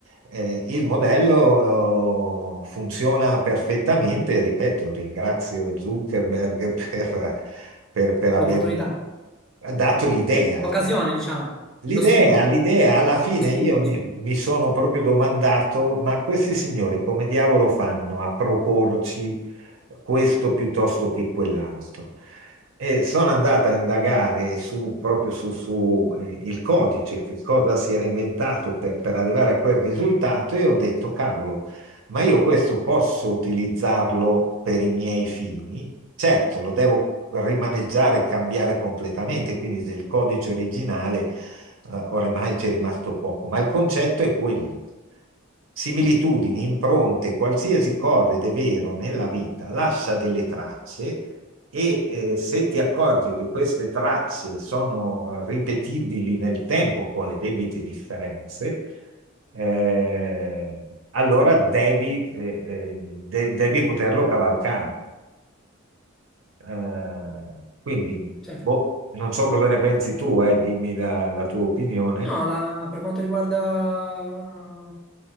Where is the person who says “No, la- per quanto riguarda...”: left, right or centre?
Centre